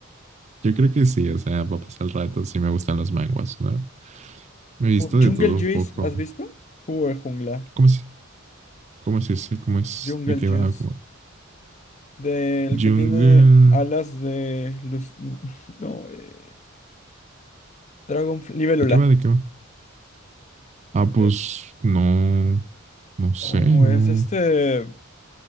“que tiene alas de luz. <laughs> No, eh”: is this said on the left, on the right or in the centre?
Left